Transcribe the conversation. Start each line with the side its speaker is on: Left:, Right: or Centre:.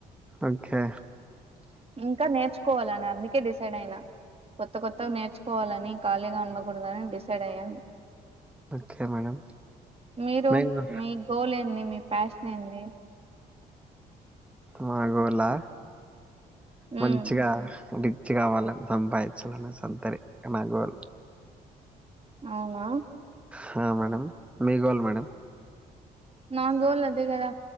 Centre: ఓకే
Right: ఇంకా నేర్చుకోవాలని అందుకే డిస్ డిసైడ్ అయినా కొత్త కొత్తగా నేర్చుకోవాలని ఖాళీగా ఉండ ప్పుడు కానీ డిసైడ్ అయన్
Centre: ఓకే మేడం
Right: మీరు
Centre: మేము
Right: మీ గోల్ ఏంది మీకు ఫ్యాషన్ ఏంది
Centre: మాగోలా మంచిగా
Right: ఉమ్
Centre: డి మచ్చి కావాలని సంపాదించాలని సంతరి నాగోల్
Right: అవునా
Centre: హ మేడం ఏమి గోల్ మేడం
Right: నా గోల్ అదే కదా